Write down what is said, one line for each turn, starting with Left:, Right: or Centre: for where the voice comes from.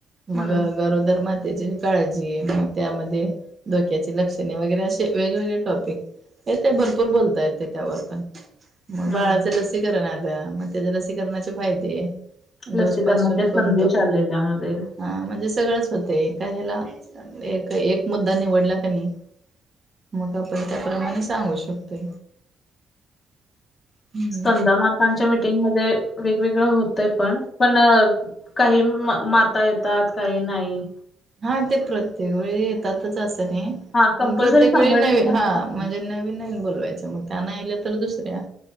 Right: मग
Left: हम्म
Right: गरोदर मातेचे काळजी मग त्यामध्ये धोक्याची लक्षणे वगैरे असे वेगवेगळे. प ते भरपूर बोलता येत त्यावर पण मग
Left: हम्म
Right: बाळाच ल लसीकरण आलं मग त्याचे लसीकरणाचे फायदे.
Left: लसीकरणाचे
Right: डोस पासून
Left: संदेश
Right: कोणतं
Left: आले त्यामध्ये
Right: हा म्हणजे सगळंच होते का ह्याला एक एक मुद्दा निवडला का नाही. मग आपण त्याप्रमाणे सांगू शकतोय. हम्म
Left: स्तंनदा मात. त्यांच्या मीटिंगमध्ये वेगवेगळं होतय पण पण काही माता येतात काही नाही.
Right: हा ते प्रत्येक वेळी येतातच असं नाही
Left: हा कंपल्सरी
Right: पण प्रत्येक
Left: शंभर
Right: वेळी नवीन
Left: टक्के असतात
Right: हा
Left: आपली.
Right: म्हणजे न नवीन बोलवायच्या त्या म त्या नाही आल्या त दुसऱ्या